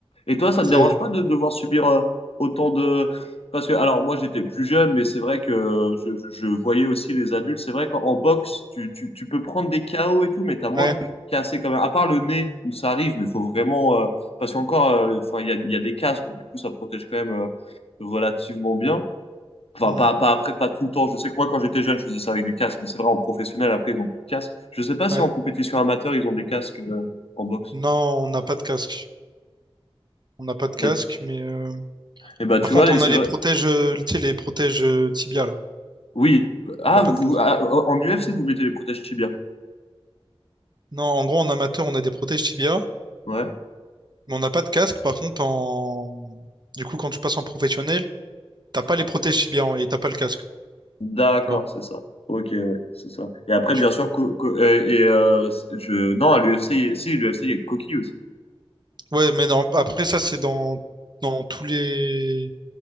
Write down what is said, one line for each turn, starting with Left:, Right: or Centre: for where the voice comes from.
Left: Et toi, ça
Right: C'est
Left: te dérange pas de devoir subir euh, autant de... Parce que, alors moi j'étais plus jeune, mais c'est vrai que euh, je, je- je voyais aussi les adultes. C'est vrai qu'en en boxe, tu, tu, tu peux prendre des KO et tout, mais t'as moins
Right: ouais,
Left: de trucs cassés quand même. À part le nez, où ça arrive, mais il faut vraiment... euh, Parce qu'encore, euh, enfin, il y a, il y a des casques, donc du coup ça protège quand même euh, relativement bien. Enfin,
Right: mm,
Left: pas, pas après, pas tout le temps. Je sais que moi, quand j'étais jeune, je faisais ça avec du casque mais c'est vrai, en professionnel, après, ils n'ont plus de casque. Je sais pas si
Right: ouais.
Left: en compétition amateur, ils ont des casques euh, en boxe.
Right: Non, on n'a pas de casque. On n'a pas de casque,
Left: Et,
Right: mais euh,
Left: et bah, tu
Right: par contre,
Left: vois, et
Right: on
Left: c'est
Right: a les
Left: vrai.
Right: protèges, euh, tu sais, les protèges euh, tibia là.
Left: Oui. Ah,
Right: On n'a pas
Left: vous,
Right: de casque.
Left: ah, en UFC, vous mettez les protèges tibia.
Right: Non, en gros, en amateur, on a des protèges tibia,
Left: Ouais.
Right: mais on n'a pas de casque. Par contre, en du coup, quand tu passes en professionnel, t'as pas les protèges tibia et t'as pas le casque,
Left: D'accord,
Right: tu vois.
Left: c'est ça. Ok, ouais, c'est ça. Et après,
Right: Du
Left: bien sûr,
Right: coup,
Left: co- co- euh, et, euh, je... non, à l'UFC, si, l'UFC, il y a coquille aussi.
Right: Ouais, mais non, après ça, c'est dans, dans tous les...